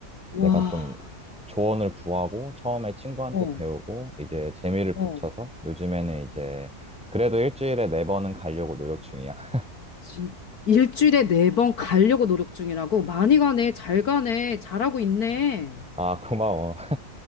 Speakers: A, on the left; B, in the centre.
A: 와,
B: 내가 좀 조언을 구하고 처음에 친구한테
A: 어,
B: 배우고 이제 재미를
A: 어.
B: 붙여서 요즘에는 이제 그래도 일주일에 네 번은 가려고 노력 중이야. <laughs>
A: 진- 일주일에 네 번 가려고 노력 중이라고? 많이 가네. 잘 가네. 잘하고 있네.
B: 아, 고마워.